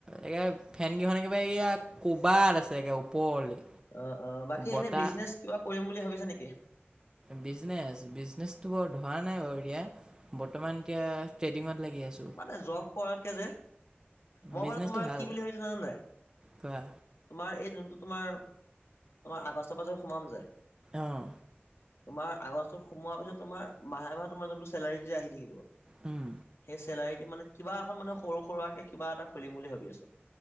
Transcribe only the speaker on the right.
এ ফেন কেইখন একেবাৰে ইয়াত কবাত আছে, একে ওপৰলৈ।
বতাহ
বিজনেছ বিজনেছটো বৰ ধৰা নাই বাৰু এতিয়া। বৰ্তমান এতিয়া ট্ৰেডিঙত লাগি আছো।
বিজনেচটো
ভাল
কৰা
অঁ।
উম।